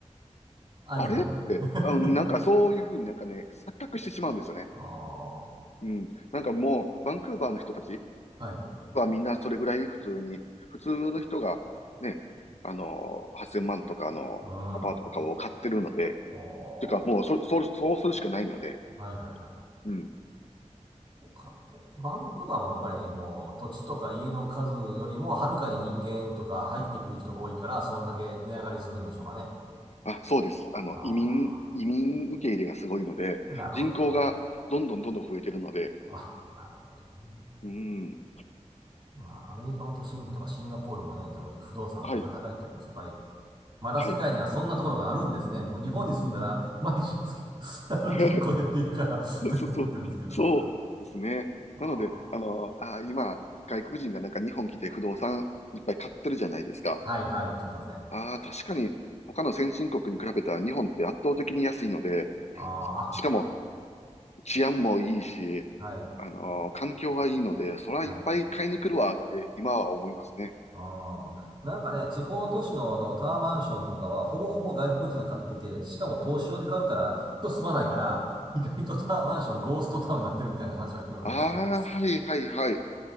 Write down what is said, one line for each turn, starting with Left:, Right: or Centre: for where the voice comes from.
Right: ありだな、
Left: あれって、
Right: みたいな。<laughs>
Left: あのなんかそういうふうになんかね、錯覚してしまうんですよね。
Right: ああ、
Left: うん。なんかもう、バンクーバーの人たち
Right: はい。
Left: はみんなそれぐらい普通に、普通の人が、ね、あの、8000万とかのアパートとかを買ってるので、
Right: うん。おー。
Left: てかもうそ、そう、そうするしかないので、
Right: はいはいはい。
Left: うん。
Right: そうか。バンクーバーもやっぱりもう土地とか家の数よりもはるかに人間とか入ってくる人が多いから、そんだけ値上がりするんでしょうかね。
Left: あ、そうです。あの、
Right: あ
Left: 移民、移民受け入れがすごいので、
Right: あ、なるほどね。
Left: 人口がどんどんどんどん増えてるので、
Right: あ、なるほどね。
Left: うん。
Right: まあ、アメリカの都心部とかシンガポールもね、多分不動産バカ高いってありますけど。
Left: はい。
Right: やっぱり、まだ世界にはそんなところがあるんですね。
Left: はい。
Right: もう日本に住んだら、毎日しますけど、<laughs>
Left: <laughs>
Right: あの人口減っていくから <laughs>
Left: そうそうそう。
Right: と思ってるんですけど。
Left: そうですね。なので、
Right: ああ、
Left: あの、あー、今、外国人がなんか日本来て不動産いっぱい買ってるじゃないですか。
Right: はいはい、買ってますね。
Left: ああ、確かに、他の先進国に比べたら日本って圧倒的に安いので、
Right: あ
Left: しかも治安もいいし、
Right: あ、あ、はい、
Left: あの、環境がいいので、そらいっぱい買いに来るわって今は思いますね。
Right: はい。ああ、なんかね、地方都市のあのタワーマンションとかは、ほぼほぼ外国人が買ってて、しかも投資用で買うから、人住まないから、<laughs> 意外とタワーマンション、ゴーストタウンになってるみたいな話は聞いたことありますね。
Left: ああ、はいはいはい。う